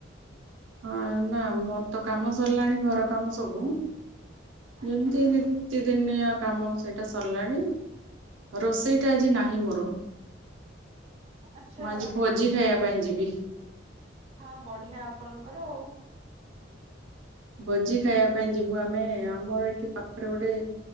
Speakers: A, on the right; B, on the right.
A: ହଁ ନା ମୋର ତ କାମ ସରିଲାଣି ଘର କାମ ସବୁ।
B: ଆଜ୍ଞା
A: ଯେମିତି ହେଲେ। ପ୍ରତିଦିନିଆ କାମ ସେଇଟା ସରିଲାଣି ରୋଷେଇଟା ଆଜି ନାହିଁ ମୋର
B: ଆଚ୍ଛା
A: ମୁ ଆଜି ଭୋଜି ଖାଇବା ପାଇଁ ଯିବି। ବି
B: ହଁ ବଢିଆ ଆପଣଙ୍କର ଆଉ।
A: ଭୋଜି ଖାଇବା ପାଇଁ ଯିବୁ ଆମେ ଆମର ଏଠି ପାଖରେ ଗୋଟେ